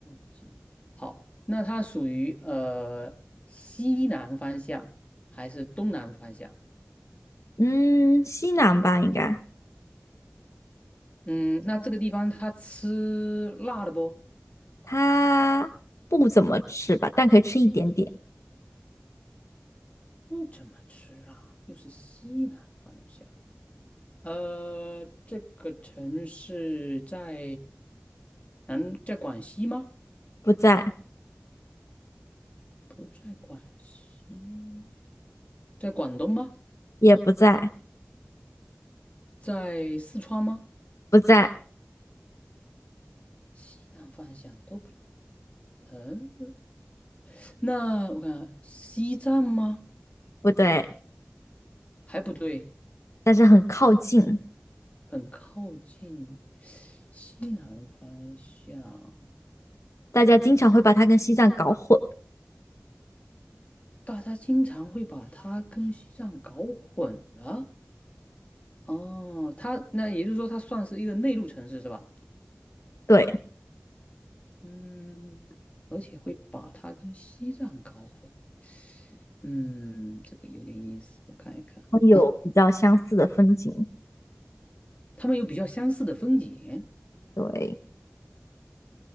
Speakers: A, on the left; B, on the left.
A: 近。好，那它属于呃西南方向还是东南方向？
B: 嗯，西南吧，应该。
A: 嗯，那这个地方他吃辣的不？
B: 它不怎么吃吧，但可以吃一点点。
A: 不怎么吃辣，又是西南方向。呃，这个城市在南，在广西吗？
B: 不在，
A: 不在广西，在广东吗？
B: 也不在，
A: 在四川吗？
B: 不在，
A: 西南方向都不，嗯、那我看西藏吗？
B: 不对。
A: 还不对，
B: 但是很靠近，
A: 很靠近西南方向。
B: 大家经常会把它跟西藏搞混。
A: 大家经常会把它跟西藏搞混了。哦，它那也就是说，它算是一个内陆城市是吧？
B: 对，
A: 嗯，而且会把它跟西藏搞混。嗯，这个有点意思，我看一看啊，我想
B: 有比较相似的风景。
A: 他们有比较相似的风景，
B: 对，